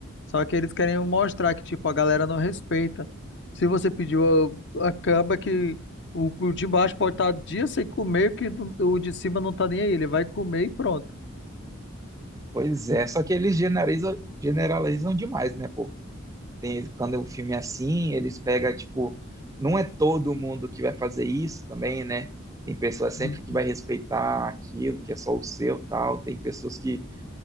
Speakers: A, on the left; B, on the right.
A: Só que eles querem mostrar que, tipo, a galera não respeita. Se você pediu, acaba que o, o de baixo pode estar dias sem comer, que o de cima não tá nem aí, ele vai comer e pronto.
B: Pois é, só que eles generalizam, generalizam demais, né, pô? Tem, quando o filme é assim, eles pegam, tipo, não é todo mundo que vai fazer isso também, né? Tem pessoas sempre
A: Uhum.
B: que vai respeitar aquilo que é só o seu, tal. Tem pessoas que,